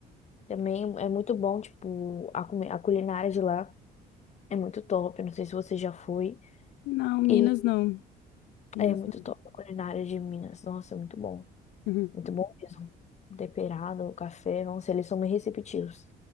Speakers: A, on the left; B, on the left.
A: Também é muito bom, tipo, a, comi- a culinária de lá é muito top. Eu não sei se você já foi.
B: Não, Minas
A: E
B: não. Minas
A: é muito
B: não.
A: top a culinária de Minas. Nossa, é muito bom.
B: Uhum.
A: Muito bom mesmo. Temperado, o café, nossa, eles são muito receptivos.